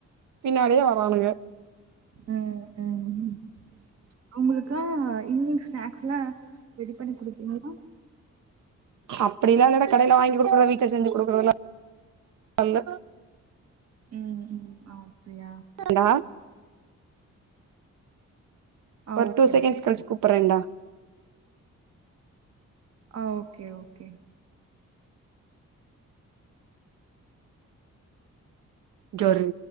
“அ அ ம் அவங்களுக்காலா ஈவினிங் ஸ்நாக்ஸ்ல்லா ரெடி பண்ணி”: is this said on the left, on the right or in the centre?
Right